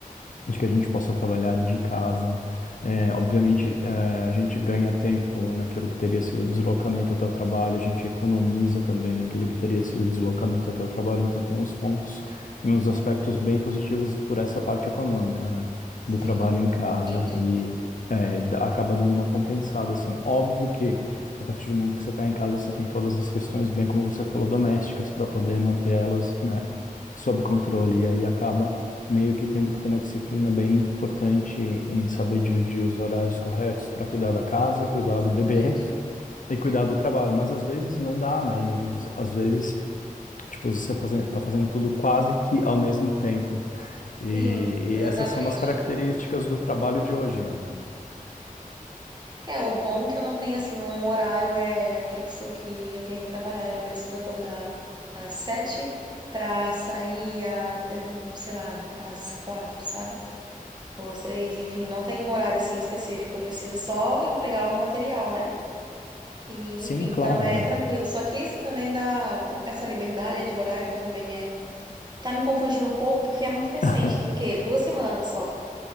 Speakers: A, on the left; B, on the right.
A: de que a gente possa trabalhar de casa. É, obviamente, é, a gente ganha tempo naquilo que teria sido deslocamento até o trabalho, a gente economiza também aquele que teria sido deslocamento até o trabalho, então tem uns pontos e uns aspectos bem positivos por essa parte econômica, né, do trabalho
B: Sim,
A: em casa
B: realmente.
A: e é, dá- acaba dando uma compensada, assim. Óbvio que a partir do momento que você está em casa, você tem todas as questões, bem como você falou, domésticas, para poder manter elas, né, sob controle, e aí acaba meio que tendo que ter uma disciplina bem importante em saber dividir os horários corretos para cuidar da casa, cuidar
B: Exatamente.
A: do bebê e cuidar
B: É.
A: do trabalho. Mas às vezes não dá, né? E aí, às vezes, tipo, você faze- tá fazendo tudo quase que ao mesmo tempo. E,
B: Sim, exatamente.
A: e essas são umas características do trabalho de hoje, né?
B: É, o bom é que eu não tenho, assim, um horário é fixo que eu tenha que trabalhar. Eu não preciso acordar às sete para sair, a, eh, sei lá, às quatro, sabe? Ou às três, enfim. Não tem um horário, assim, específico. Eu preciso só entregar o material, né? E,
A: Sim,
B: enfim, então
A: claro,
B: é
A: é.
B: tranquilo. Só que isso também dá... Essa liberdade de horário também é... Tá me confundindo um pouco porque é muito recente.
A: <laughs>
B: Tem o quê? Duas semanas só